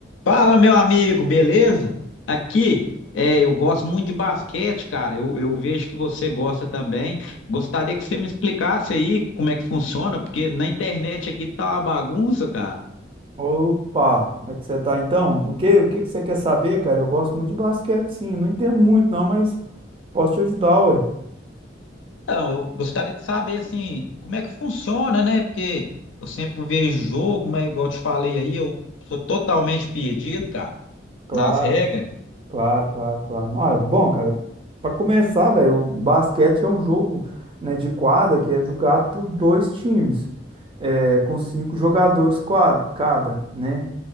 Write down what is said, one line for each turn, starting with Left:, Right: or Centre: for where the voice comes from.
Left: Fala, meu amigo, beleza? Aqui, é, eu gosto muito de basquete, cara. Eu, eu vejo que você gosta também. Gostaria que você me explicasse aí como é que funciona, porque na internet aqui tá uma bagunça, cara.
Right: Opa, como é que você tá então? O que, o que que você quer saber, cara? Eu gosto muito de basquete, sim. Não entendo muito, não, mas posso te ajudar, ué.
Left: Então, eu gostaria de saber, assim, como é que funciona, né? Porque eu sempre vejo jogo, mas igual eu te falei aí, eu sou totalmente perdido, cara,
Right: Claro,
Left: nas regras.
Right: claro, claro, claro. Ah, é bom, cara, pra começar, velho, o basquete é um jogo, né, de quadra que é jogado por dois times, é, com cinco jogadores quad- cada, né?